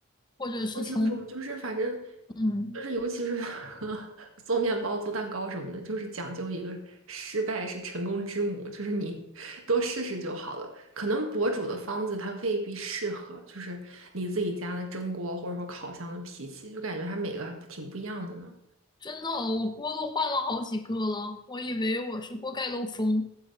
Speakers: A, on the left; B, on the right.
A: 或者是从，
B: 不清楚。就是反正
A: 嗯，
B: 就是尤其是 <laughs> 做面包、做蛋糕什么的，就是讲究一个失败是成功之母，就是你多试试就好了。可能博主的方子它未必适合，就是你自己家的蒸锅或者说烤箱的脾气，就感觉它每个还挺不一样的呢。
A: 真的，我锅都换了好几个了，我以为我是锅盖漏风，